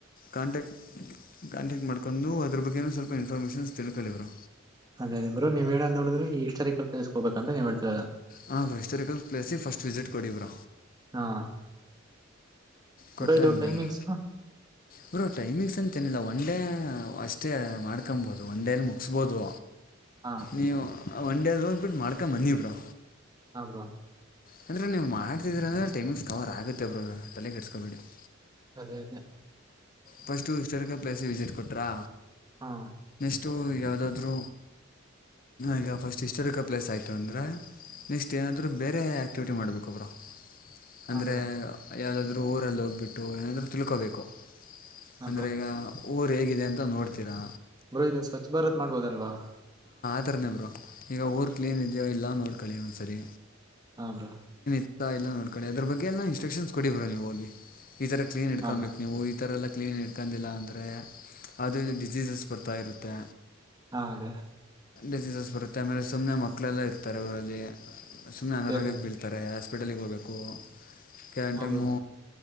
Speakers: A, on the left; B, on the right.
A: ಕಾಂಟ್ಯಾಕ್ಟ್ ಕಾಂಟೆಕ್ಟ್ ಮಾಡ್ಕೊಂಡು ಅದ್ರ ಬಗ್ಗೆ ಸ್ವಲ್ಪ ಇನ್ಫಾರ್ಮೇೇಶನ್ ತಿಳಕೋಳಿ ಬ್ರೋ
B: ಅದೇ ಅ ಬ್ರೋ ನೀವ ಹೇಳದ್ ನೋಡ್ರ ಈ ಹಿಸ್ಟಾರಿಕಲ್ ಪ್ಲೇಸ್ ಹೋಗಬೇಕ ಅಂತ ನೀವ ಹೇಳ್ತದದು
A: ಹಾ ಹಿಸ್ಟೋಾರಿಕಲ್ ಪ್ಲೇಸಿ ಫಸ್ಟ್ ವಿಸಿಟ್ ಕೊಡವ್ರ
B: ಹಾ
A: ಕೊಟ್ಟಾದ್ಮೇಲೆ
B: ಬ್ರೋ ಇದು ಟೈಮಿಂಗ್ಸ್
A: ಹರೋ ಟೈಮಿಂಗ್ಸ್ ಅಂತನಿಲ್ಲ ಒನ್ ಡೇ ಅಷ್ಟೇ ಮಾಡ್ಕೊಬೋದು ಒನ್ ಡೇಲಿ ಮುಗಿಸ್ಬೋದು
B: ಹಾ
A: ನೀವು ಒನ್ ೇ ಅಲ್ಲಿೋಂದ್ ಬಿಿಟ್ಟ ಮಾಡ್ಕ ಮಂದಿಬ್ರಾ
B: ಹಬ್ರೋ
A: ಅಂದರೆೆ ನೀವು ಮಾಡ್ತಿದ್ರ ಅಂದ್ರೆ ಟೈಮಿಂಗ್ಸ್ ಕವರ್ ಆಗುತ್ತೆಬ್ರು ತಲೆಗೆ ಕೆಟ್ಸ್ಕೊಬಿಡಿ್ರರಿ
B: ಅದೇ ಅದೇ
A: ಫಸ್ಟ್್ಟೋ ಪ್ಲೇಸ್ ವಿಸಿಟ್ ಕೊಟ್ರಾ
B: ಹಾ
A: ಅಷ್ಟು ಯಾವುದಾದ್ೂ ಈಗ ಫಸ್ಟ್ ಹಿಸ್ಟೋಾರಿಕಲ್ ಪ್ಲೇಸ್ ಆಯಿತು ಅಂದರೆ ನೆಕ್ಸ್ಟ್ ಏನಾದರೂ ಬೇರೆ ಆ್ಯಕ್ಟಿವಿಟಿ ಮಾಡ್ಬೇಕಬ್ರಾ
B: ಹಾ
A: ಅಂದ್ರೆ
B: ಬ್ರೋ
A: ಯಾವ್ದಾದ್ರು ಊರಲ್ಲಿ ಹೋಗ್ಬಿಟ್ಟು ಏನಾದ್ರು ತಿಳ್ಕೋಬೇಕು
B: ಹಾ
A: ಅಂದ್ರೆ
B: ಬ್ರೋ
A: ಈಗ ಊರು ಹೇಗಿದೆ ಅಂತ ನೋಡ್ತೀರಾ
B: ಗರು ಇದು ಸ್ವಚ್ಛ ಭಾರತ್ ಮಾಡ್ಬೋದಲ್ವಾ
A: ಅಂತರನೇಬರು ಈಗ ಊರು ಕ್ಲೀನ್ ಇದೆಯೋ ಇಲ್ಲ ನೋಡ್ಕೊಳ್ಳಿ ಒಂದ್ಸರಿ
B: ಹಮ್ರ
A: ಎಲ್ಲಾ ನೋಡ್ೊಳ್ಳಡಿ ಅದ್ರ ಬಗ್ಗೆ ಎಲ್ಲ ಇನ್ಸ್ಟ್ರಕ್ಷನ್ಸ್ ಕೊಡಿಬ್ರ ನೀವು ಹಿ ಈ ತರ ಕ್ಲನ್ ಇಡ್ಕೊಂಬಬೇಕು
B: ಹಾ ಬ್ರೋ
A: ನೀವು ಈ ತರ ಎಲ್ಲಾ ಕ್ಲೀನ್ ಇಟ್ಕೊಂಡಿಲ್ಲ ಅಂದರೆ ಅದುದು ಡಿಸೀಸಸ್ ಬರ್ತಾ ಇರುತ್ತೆ
B: ಹಾದೇ
A: ಡಿಸೀಸಸ್ ಬರುತ್ತೆ ಆಮೇಲೆ ಸುಮ್ಮ್ನೆ ಮಕ್ಕಳೆಲ್ಲ ಇರ್ತಾರೆ ಅವರಲ್ಲಿ ಸುಮ್ಮ್ನೆ ಅನಾರೋಗ್ಯ
B: ಅದೇ ಅದೇ
A: ಹೇಳ್ತಾರೆ ಹಾಸ್ಪಿಟಲಿಗೆ ಹೋಗಬೇಕು ಕೆವ್
B: ಹಾ
A: ಟೈಮು
B: ಬ್ರೋ